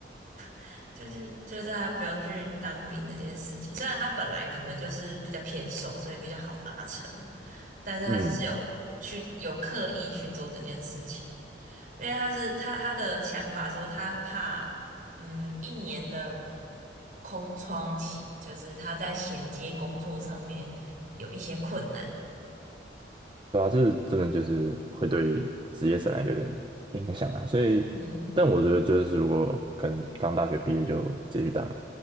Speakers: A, on the right; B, on the right.
A: <laughs> 就是就是他不用去当兵这件事情。虽然他本来可能就是比较偏瘦，所以比较好达成，但是他就是有去有刻意去做这件事情。
B: <laughs> 嗯。
A: 因为他是他他的想法说他怕，嗯，一年的空窗期，就是他在衔接工作上面有一些困难。
B: 对啊，这真的就是会对职业生涯有点影响啊。所以，
A: 嗯
B: 但我觉得就是如果可能刚大学毕业就继续当，